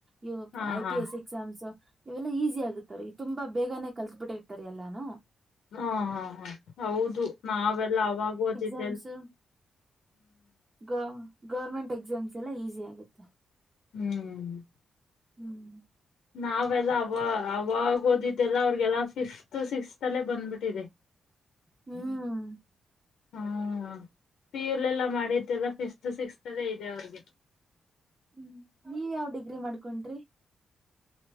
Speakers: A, on the right; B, on the left.
A: E
B: ಹಾ
A: ಐ
B: ಹಾ
A: ಪಿ ಎಸ್ ಎಕ್ಸಾಮ್ಸ್. ಇವೆಲ್ಲ ಈಸಿ ಆಗುತ್ತ ರೀ ತುಂಬಾ ಬೇಗನೆ ಕಲ್ತ್ ಬಿಟ್ಟಿರ್ತಾರ ಎಲ್ಲಾನು
B: ಹಾ ಹಾ ಹಾ ಹೌದು ನಾವೆಲ್ಲ ಅವಾಗ ಓದಿದ್
A: ತಮ್ಸ್ ಗ ಗೌರ್ಮೆಂಟ್ ಎಕ್ಸಾಮ್ಸ್ ಎಲ್ಲ ಈಸಿ ಆಗುತ್ತೆ.
B: ಹ್ಮ್ <inaudible>
A: ಹ್ಮ್
B: ನಾವೆಲ್ಲ ಅವ ಅವಾಗ ಓದಿದ್ದೆಲ್ಲ ಅವ್ರಿಗೆಲ್ಲ ಫಿಫ್ತ್ ಸಿಕ್ಸ್ತ್ ಅಲ್ಲೇ ಬಂದ್ಬಿಟ್ಟಿದೆ.
A: ಹ್ಮ್
B: ಹ್ಮ ಪಿ ಯು ಲೆಲ್ಲ ಮಾಡಿದ್ದೆಲ್ಲ ಫಿಫ್ತ್ ಸಿಕ್ಸ್ತ್ ಅಲ್ಲೆ ಇದೆ ಅವ್ರಿಗೆ.
A: ಹ್ಮ್ ನೀವ ಯಾವ್ ಡಿಗ್ರಿ ಮಾಡ್ಕೊಂಡ್ರಿ?